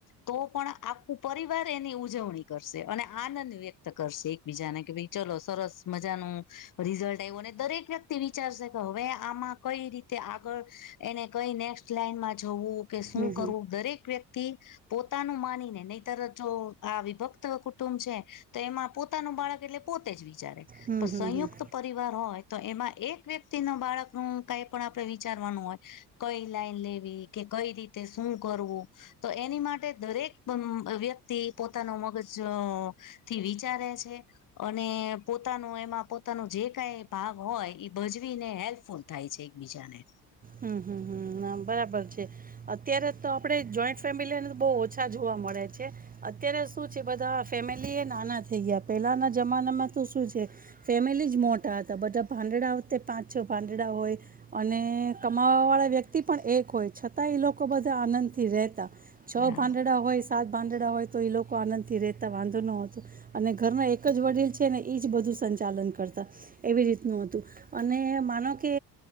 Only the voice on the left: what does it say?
તો પણ આખું પરિવાર એની ઉં જવણી કરશે અને આનંદ વ્યક્ત કરશે એકબીજાને કે ભાઈ ચલો સરસ મજાનું રિઝલ્ટ આવ્યો ને દરેક વ્યક્ તી વિચારશે કે હવે આમાં કઈ રીતે આગળ એને કઈ નેક્સ્ટ લાઈનમાં જવું કે શું
કરવું દરેક વ્યક્તિ પોતાનું માનીને નહીતર જો આ વિભક્ત કુટુંબ છે તો એમાં પોતાનું બાળક એટલે પોતે જ વિચારે.
પણ
સંયુક્ત
પરિવાર હોય તો એમાં એક વ્યક્ તેના બાળકનું કાઈ પણ આપડે વિચારવાનું હોય કઈ લાઈન લેવી કે કઈ રીતે શું કરવું તો એની માટે દરેક અમ્મ વ્યક્તિ પોતાનો મગજ અહ થી વિચારે છે. અને પોતાનું એમાં પોતાનું જે કઈ ભાગ હોય એ ભજવી ને હેલ્પફુલ થાય છે એકબીજાને.
હા